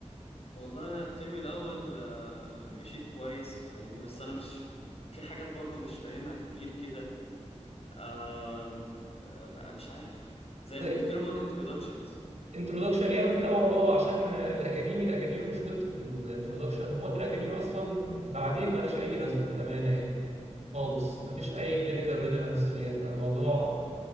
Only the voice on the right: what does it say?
زي
انترودكشن ياما في الاول اه عشان الاكاديمي الاكاديمي مشكلته في الانترودكشن المواد الاكاديمي اصلا بعدين ملاش اي لازمه بالامانه يعني خالص مفيش أي كلينيكال ريليفانس فيها فالموضوع